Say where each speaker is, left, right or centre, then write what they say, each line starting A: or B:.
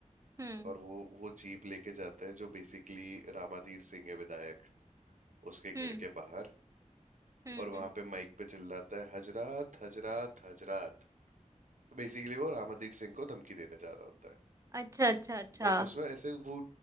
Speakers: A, on the right; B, on the right.
A: हम्म
B: और वो वो जीप लेके जाता है जो बेसिकली रामाधीर सिंह है विधायक उसके घर
A: हम्म
B: के बाहर
A: हम्म
B: और वहां पे माइक पे चिल्लाता है हजरात हजरात हजरात तो बेसिकली वो रामाधीर सिंह को धमकी देने जा रहा होता है
A: अच्छा अच्छा अच्छा
B: बट उसमें ऐसे वो